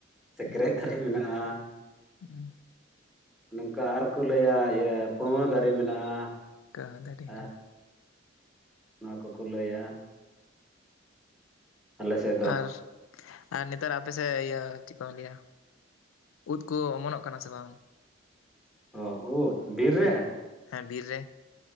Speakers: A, in the centre; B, on the left.
A: ᱥᱤᱠᱨᱮᱡ
B: ᱦᱩᱸ
A: ᱫᱟᱨᱮ ᱢᱮᱱᱟᱜᱼᱟ
B: <unintelligible>
A: ᱱᱚᱝᱠᱟ ᱟᱨᱠᱚ ᱞᱟᱹᱭᱟ ᱤᱭᱟᱹ ᱯᱟᱺᱣᱟᱹ ᱫᱟᱨᱮ ᱢᱮᱱᱟᱜᱼᱟ।
B: ᱠᱟ ᱫᱟᱨᱮ
A: ᱟᱨ
B: ᱦᱟᱸ
A: ᱱᱚᱣᱟ ᱠᱚᱠᱚ ᱞᱟᱹᱭᱟ, ᱟᱞᱮ ᱥᱮᱫ ᱫᱚ
B: ᱟᱨ ᱟᱨ ᱱᱮᱛᱟᱨ ᱟᱯᱮ ᱥᱮᱫ ᱤᱭᱟᱹ ᱪᱮᱫ ᱠᱚ ᱞᱟᱹᱭᱟ ᱩᱫ ᱠᱚ ᱚᱢᱚᱱᱚᱜ ᱠᱟᱱᱟ ᱥᱮ ᱵᱟᱝ?
A: ᱚ ᱩᱫᱽ ᱵᱤᱨ ᱨᱮ
B: ᱦᱮᱸ ᱵᱤᱨ ᱨᱮ᱾